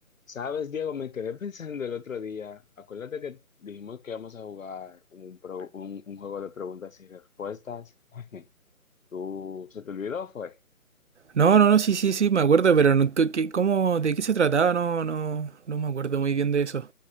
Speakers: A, on the left (about 60°); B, on the right (about 55°).
A: Sabes, Diego, me quedé <laughs> pensando el otro día. Acuérdate que dijimos que íbamos a jugar un, pro- un, un juego de preguntas y respuestas. <laughs> ¿Tú se te olvidó, fue?
B: No, no, no, sí, sí, sí, me acuerdo, pero no- ¿qué- qué- cómo, de qué se trataba? No, no, no me acuerdo muy bien de eso.